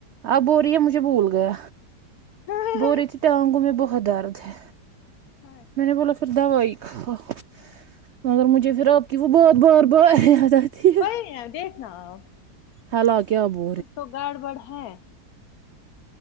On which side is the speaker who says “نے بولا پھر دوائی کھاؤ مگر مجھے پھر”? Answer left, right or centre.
Right